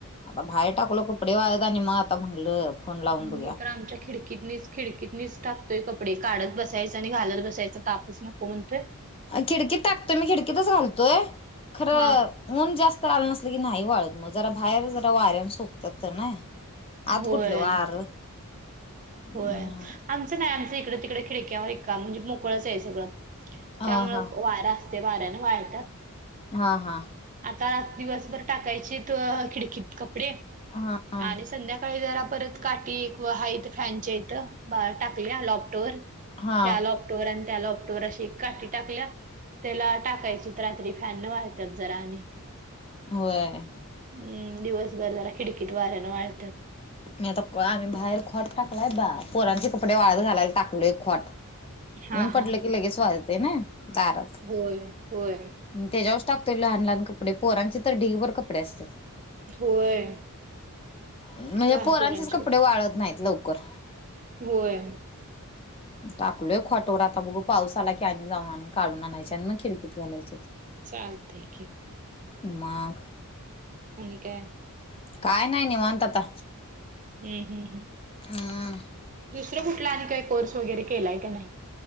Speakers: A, on the left (about 25°); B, on the right (about 35°).
A: बा भाहेर टाकलो कपडे वाळत आणि म आता म्हणलं फोन लावून बघूया
B: मी तर आमच्या खिडकीतनीच खिडकीतनीच टाकतोय कपडे काढत बसायचं आणि घालत बसायच तापच नको म्हणतोय.
A: खिडकीत टाकतोय मी खिडकीतच घालतोय खरं
B: हा
A: ऊन जास्त आल नसलं की नाही वाळत मग जरा बाहेर जरा वाऱ्यान सुकत्यात तर नाही. आत
B: होय
A: कुठल वार? नाही
B: होय आमचं नाही आमचं इकडे तिकडे खिडक्यावर एका म्हणजे मोकळच आहे सगळं
A: अ
B: त्यामुळ
A: हा
B: वारा असतय वाऱ्याने वाळतात.
A: हा, हा.
B: आता दिवसभर टाकायचेत खिडकीत कपडे
A: हा हा
B: आणि संध्याकाळी जरा परत काठी एक व हाय इथ फॅनच्या इथं बा टाकल्या लॉपटवर
A: हा
B: या लॉप टवर आणि त्या लॉपटवर आशी काठी टाकल्या त्याला टाकायचीत रात्री फॅनन वाळत्यात जरा आणि
A: व्हय.
B: हम्म दिवस बरं जरा खिडकित वाऱ्यानं वाळतात.
A: मी आता आम्ही बाहेर खोट टाकलाय बा पोरांची कपडे वाळत घालायला टाकलोय खोट.
B: हा
A: ऊन
B: हा
A: पडलं की लगेच वळतय न दारात.
B: होय होय.
A: तेच्यावरच टाकतोय लहान लहान कपडे पोरांचे तर ढिगभर कपडे असत्यात.
B: होय
A: म्हणजे
B: लहान
A: पोराचीच
B: पोरांची
A: कपडे वाळत नाहीत लवकर.
B: होय.
A: टाकलोय खॉटवर आता बघू पाऊस आला की आणि जाऊन आण काढून आणायचे आणि मग खिडकीत घालायचे.
B: चालतंय की.
A: मग
B: आणि काय?
A: काय नाही निवांत आता.
B: हुं हुं हुं
A: हम्म
B: दुसरं कुठला आणि काय कोर्स वगैरे केलाय काय नाही?